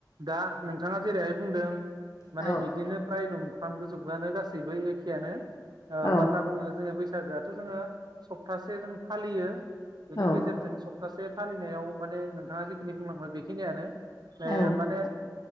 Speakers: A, on the right (about 65°); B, on the left (about 50°).
A: दा नोंथाङा जेरैहाय बुंदों माने
B: औ
A: बिदिनो फ्राय नं <inaudible> गासैबो एखेयानो
B: औ
A: मान होनना बुङो जोंङो बैसागोआ जोङो सप्तासे जों फालियो बेनि
B: औ
A: गेजेरजों सप्तासे फालिनायाव माने नोंथाङा जिखिनि बुंलांबाय बेखिनियानो
B: औ
A: माने